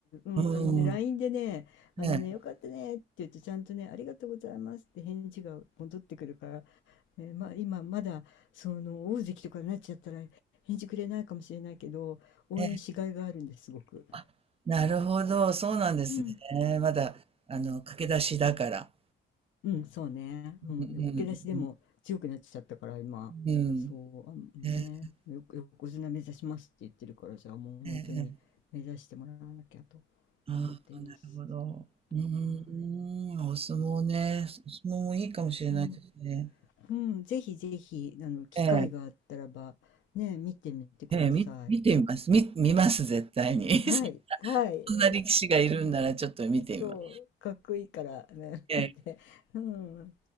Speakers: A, on the left; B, on the right.
A: うん、
B: うん。
A: あのね、LINE でね、あのね、
B: え
A: よかったねって言うと、ちゃんとね、ありがとうございますって返事が戻ってくるから、えーまあ今、まだ、その、大関とかになっちゃったら、返事くれないかもしれないけど、応援しがいがあるんです、
B: え、ええ。
A: すごく。
B: あ、なるほど。そうなんですね。
A: うん
B: まだ、あの、駆け出しだから。
A: うん、そうね。うん、
B: うん、
A: でも、受け出しでも強くなっちゃったから、
B: うん、
A: 今。
B: うん。うん。
A: そう、あね、
B: ええ、
A: よ、横綱目指しますって言ってるから、じゃあもう本当に目指してもらわなきゃと
B: ええ。ああ、
A: 思っています。
B: なるほど。うーん、
A: は
B: お相撲ね。お相撲もいいかもしれないですね。
A: い。うん、うん、ぜひぜひ、あの、機会があったらば、
B: ええ、
A: ね、見てみてください。
B: ええ、み、見てみます。み、見ます、絶対に。<laughs>
A: はい、
B: そ
A: はい。
B: んな力士がいるんならちょっと見てみます。
A: そう、かっこいいからね。
B: ええ
A: <laughs> ってうん